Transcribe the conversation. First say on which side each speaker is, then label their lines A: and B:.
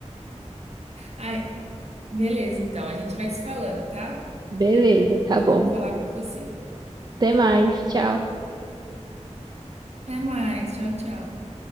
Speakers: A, on the right; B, on the right.
A: Ai, beleza, então. A gente vai se falando, tá?
B: Beleza,
A: Foi muito
B: tá bom.
A: bom falar com você.
B: Até mais. Tchau.
A: Até mais. Tchau, tchau.